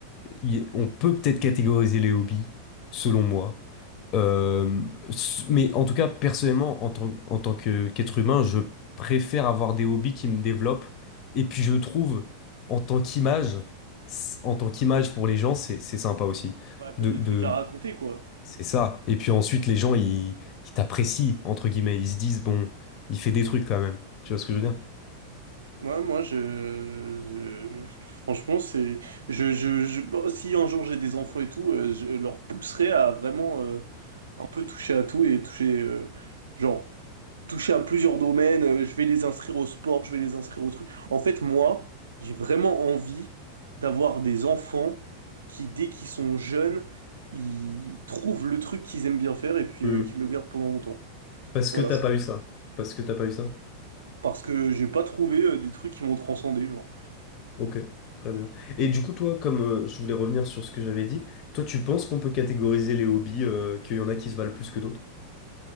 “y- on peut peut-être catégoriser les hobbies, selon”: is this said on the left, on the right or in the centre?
Left